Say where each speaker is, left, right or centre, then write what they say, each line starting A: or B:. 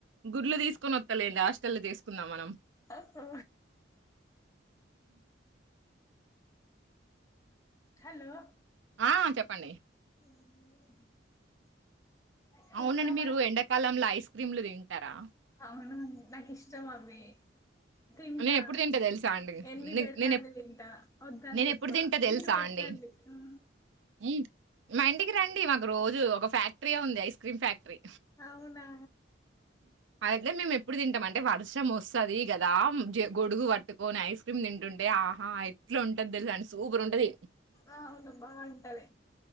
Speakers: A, on the right; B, on the left.
A: గుడ్లు తీస్కొనోత్తలెండి హాస్టల్ల్లో జేస్కుందాం మనం
B: ఆ హా హలో
A: ఆ చెప్పండి
B: <unintelligible>
A: అవ్
B: ఇంకా
A: నండి మీరు
B: మా
A: ఎండాకాలంల ఐస్ క్రీమ్లు తింటారా
B: అవును నాకిష్టం అవి తింటా
A: నేనెప్పుడు తింటా తెలుసా అండి.
B: ఎన్ని
A: నే
B: బేడ్తే
A: నేనెప్
B: అన్ని తింటా ఒద్దన్
A: నేనెప్పుడు
B: జెప్తా
A: తింటా తెలుసా
B: మీరు బెట్
A: అండి.
B: టండి ఉ
A: హ్మ్. మా ఇంటికి రండి మాకు రోజు ఒక ఫ్యాక్టరీయె ఉంది ఐస్ క్రీమ్ ఫ్యాక్టరీ
B: అవునా
A: ఐతే మేమ్ ఎప్పుడు తింటామంటే వర్షం ఒస్తాది గదా జె గొడుగు వట్టు కొన్ ఐస్ క్రీమ్ తింటుంటే ఆహా ఎట్లుంటద్ తెల్సా అన్ సూపర్ ఉంటది
B: ఆ అవ్ను బా ఉంటాది